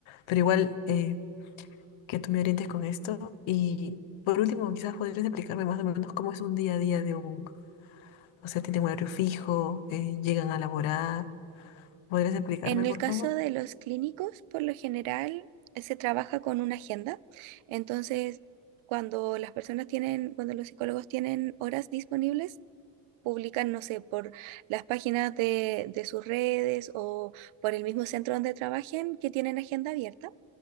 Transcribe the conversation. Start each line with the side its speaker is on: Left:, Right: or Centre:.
Left: Pero igual, eh, que tú me orientes con esto y por último, quizás podrías explicarme más o menos cómo es un día a día de un, o sea, tienen un horario fijo, eh, llegan a laborar. ¿Podrías explicarme,
Right: En el
Left: por
Right: caso
Left: favor?
Right: de los clínicos, por lo general eh, se trabaja con una agenda, entonces... Cuando las personas tienen, cuando los psicólogos tienen horas disponibles, publican, no sé, por las páginas de, de sus redes o por el mismo centro donde trabajen que tienen agenda abierta.